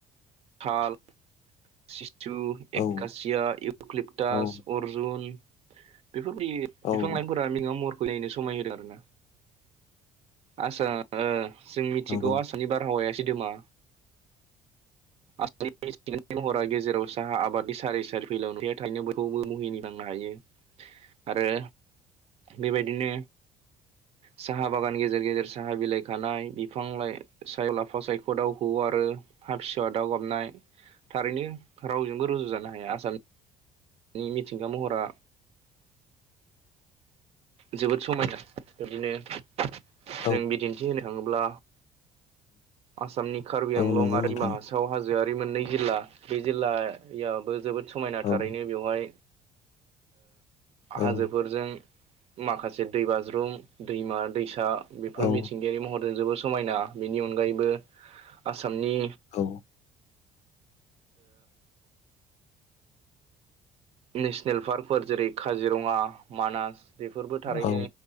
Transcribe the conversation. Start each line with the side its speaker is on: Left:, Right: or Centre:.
Right: साल सिसु एकासिया
Left: नंगौ
Right: इउकलिप्टास
Left: औ
Right: अर्जुन बेफोरबायदि
Left: औ
Right: बिफां लाइफांफोरा मैगाव महरखौ नायैनो समाय होदों आरोना आसा जों मिथिगौ
Left: औ
Right: आसामनि बारहावाया सिदोमा आसामनि बे हरा गेजेराव साहा आबादनि सार इ सारि फैलावया थायनो बखौबो मुहिनि थांनो हायो आरो बेबायदिनो साहा बागान गेजेर गेजेर साहा बिलाइ खानाय बिफां लाइ सायाव लाफा सायख' दाउ हवो आरो हा फिसाहौवा दाउ गाबनाय थारैनो रावजोंबो रुजु जानो हाया आसामनि नि मिथिंगा महरा जोबोद समायना बिदिनो जों
Left: औ
Right: बिदिन्थि होनो थाङोब्ला आसामनि कार्बि
Left: औ
Right: आंलं
Left: नंगौ
Right: आरो
Left: नोंथां
Right: दिमा हासाव सिथाव हाजोआरि मोननै जिल्ला बे जिल्लायावबो जोबोद समायना
Left: औ
Right: थारैनो बेवहाय
Left: औ
Right: हाजोफोरजों माखासे दैबाज्रुम दैमा दैसा बेफोर
Left: औ
Right: मिथिंगायारि महरजों जोबोर समायना बिनि अनगायैबो आसामनि
Left: औ
Right: नेसनेल पार्कफोर जेरै काजिरङा मानास बेफोरबो थारैनो
Left: औ